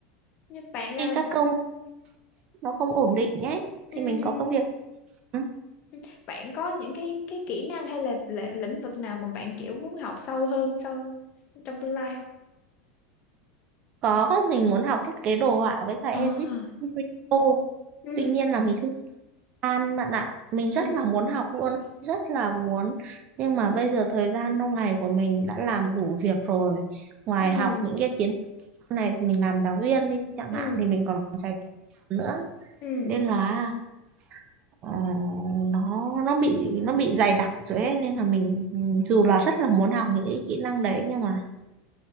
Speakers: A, on the left; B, on the right.
A: Nhưng bạn ờ,
B: khi các công việc nó không ổn định nhé
A: ừ,
B: thì mình
A: ừ.
B: có công việc Ừ,
A: ừ. Bạn có những cái cái kỹ năng hay là lĩ- lĩnh vực nào mà bạn kiểu muốn học sâu hơn sau trong tương lai không?
B: có mình muốn học thiết kế đồ họa với cả edit
A: À.
B: video
A: Ừ.
B: tuy nhiên là mình An bạn ạ, mình rất
A: Ừ.
B: là muốn học luôn, rất là muốn. Nhưng mà bây giờ thời gian trong ngày của mình đã làm đủ việc rồi. Ngoài
A: Ừ.
B: học những cái kiến thức này, mình làm giáo viên đi chẳng
A: Ừ.
B: hạn thì mình còn phải kiếm tiền nữa.
A: Ừ.
B: Nên là ờ, nó nó bị nó bị dày đặc rồi ấy. Nên là mình mình dù là rất là muốn học những cái kỹ năng đấy nhưng mà